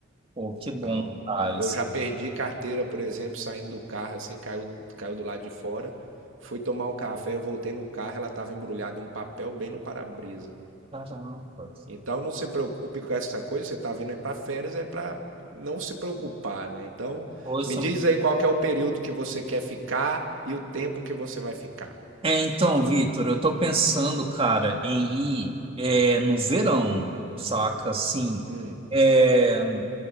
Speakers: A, on the right (about 30°); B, on the right (about 85°).
A: Pô, que bom,
B: Então,
A: cara.
B: eu já perdi carteira, por exemplo, saindo do carro, assim, caiu, caiu do lado de fora. Fui tomar um café, voltei no carro, ela estava embrulhada em um papel bem no para-brisa.
A: Caramba.
B: Então, não se preocupe com essa coisa, você está vindo é para férias, é para não se preocupar, né? Então,
A: Ouça.
B: me diz aí qual que é o período que você quer ficar e o tempo que você vai ficar.
A: É, então, Vitor, eu tô pensando, cara, em ir é, no verão, saca? Assim,
B: Hum.
A: é,